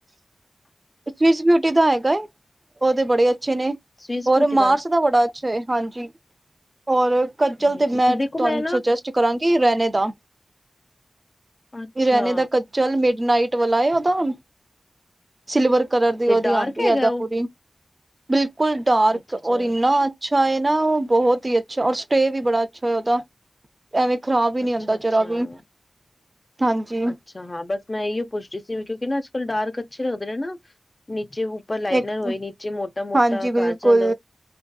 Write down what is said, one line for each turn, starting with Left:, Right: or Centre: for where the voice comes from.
Right: ਬਿਊਟੀ ਦਾ ਹੈਗਾ ਹੈ ਉਹਦੇ ਬੜੇ ਅੱਛੇ ਨੇ,
Left: ਸਵਿਸ
Right: ਔਰ
Left: ਬਿਊਟੀ
Right: ਮਾਰਸ ਦਾ ਬੜਾ ਅੱਛਾ ਹੈ ਹਾਂਜੀ ਔਰ ਕੱਜਲ
Left: ਹਾਂਜੀ
Right: ਤੇ ਮੈਂ
Left: ਦੇਖੋ
Right: ਤੁਹਾਨੂੰ
Left: ਨਾ
Right: ਸੁਜੈਸਟ ਕਰਾਂਗੇਰੈਣੇੇ ਦਾਰਹਿਣੇੇ
Left: ਅੱਛਾ
Right: ਦਾ, ਕਚਲ ਮਿਡ ਨਾਈਟ ਵਾਲਾ ਉਹਦਾ ਹੁਣ, ਸਿਲਵਰ ਕਲਰ ਦੀ
Left: ਤੇ
Right: ਉਹਦੀ
Left: ਡਾਰਕ
Right: ਆਉਂਦੀ
Left: ਹੈਗਾ
Right: ਏਦਾਂ
Left: ਉਹ
Right: ਪੂਰੀ ਬਿਲਕੁਲ ਡਾਰਕ
Left: ਅੱਛਾ
Right: ਔਰ
Left: ਅੱਛਾ
Right: ਇੰਨਾ ਅੱਛਾ ਹੈ ਨਾ ਉਹ ਬਹੁਤ ਹੀ ਅੱਛਾ ਔਰ ਸਟੇ ਵੀ ਬੜਾ ਅੱਛਾ ਉਹਦਾ ਐਵੇਂ ਖ਼ਰਾਬ ਹੀ ਨਹੀਂ
Left: ਅੱਛਾ
Right: ਆਉਂਦਾ
Left: ਅੱਛਾ
Right: ਜਰਾ ਵੀ, ਹਾਂਜੀ।
Left: ਅੱਛਾ ਹਾਂ ਬਸ ਮੈਂ ਇ ਪੁੱਛਦੀ ਸੀ ਕਿਉਂਕਿ ਨਾ ਅੱਜ-ਕੱਲ੍ਹ ਡਾਰਕ ਅੱਛੇ ਲੱਗਦੇ ਨੇ ਨਾ ਨੀਚੇ ਪਰ ਲਾਈਨਰ
Right: ਇੱਕ
Left: ਹੋਏ ਨੀਚੇ ਮੋਟਾ-ਮੋਟਾ
Right: ਹਾਂਜੀ ਬਿਲਕੁਲ
Left: ਕਾਜਲ,